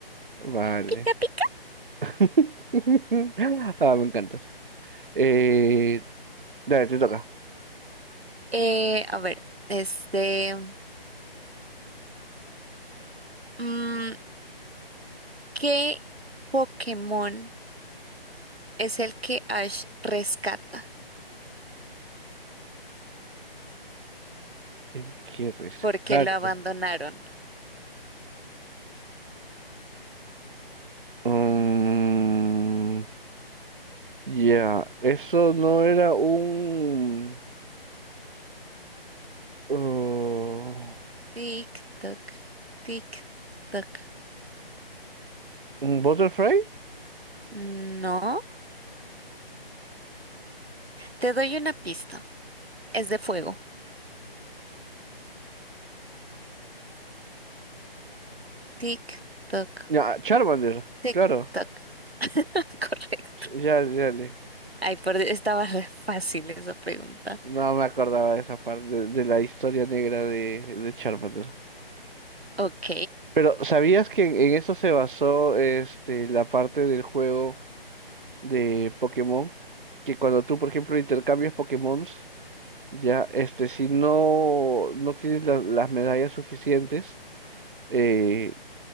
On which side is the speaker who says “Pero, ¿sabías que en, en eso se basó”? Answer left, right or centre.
Right